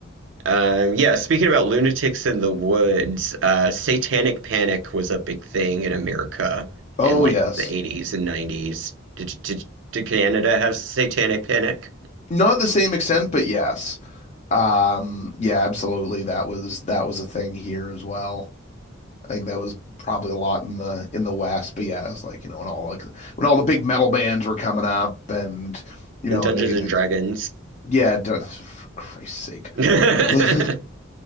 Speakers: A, on the right; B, on the left.
A: Um, yeah, speaking about lunatics in the woods, uh, satanic panic was a big thing in America
B: Oh
A: in like
B: yes.
A: the 80s and 90s. Did did did Canada have satanic panic
B: Not the same extent, but yes. Um yeah, absolutely. That was that was a thing here as well. I think that was probably a lot in the in the West, but yeah, it was like, you know, when all like when all the big metal bands were coming up and you know,
A: in Dungeons
B: and they
A: and
B: they
A: Dragons?
B: yeah, for Christ's sake.
A: <laughs>
B: <laughs> Like,